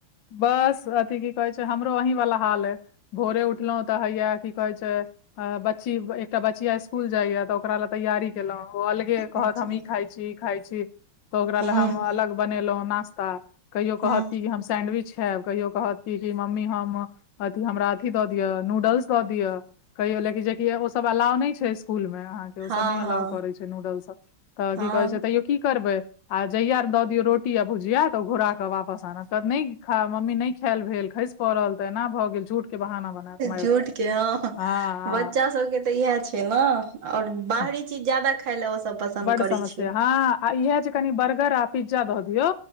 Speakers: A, on the left (about 65°); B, on the right (about 65°).
A: बस अथी की कहे छै हमरो अहीं वाला हाल है भोरे उठलहुं तऽ हैया की कहै छैय बची एक टा बचिया स्कूल जाइ ओक ल तैयारी खेलहुँं ओ अलगे
B: ह
A: कहत
B: ह
A: हम ई खाइ छी ई खाइ छी तऽ ओकरा
B: ह
A: लए हम अलग बनेलहुॅं नास्ता कहियो
B: हँ
A: कहत की हम सैंडविच खाईब कहियो कहत कि मम्मी हम अथी हमरा अथी दऽ दिअ नूडल्स दऽ दिअ कहि लेकि जेकि ओ सब अलाव नहि छै स्कुल मे अहाँके ओ
B: हँ
A: सब नहि अलाव करै छै नूडल सब तऽ
B: हँ
A: की कहे छै तैयो की करबे आ जहिया द दियो रोटी य भुजिया त घुरा के वापस आनत त नहि खा मम्मी नहि खाएल भेल खसि पड़ल तऽ एना भऽ गेल झूठ के बहाना बनायत मारि
B: झूठ
A: देत
B: के हँ
A: हँ
B: बच्चा सबके तऽ इएह छै छै ने आओर बाहरी
A: हँ
B: चीज जादाा खााय लए ओ सब पसन्द
A: बड
B: करै
A: समस्या
B: छिय
A: हँ आ इएह जे कनि बर्गर आ पिज्जा दऽ दियौ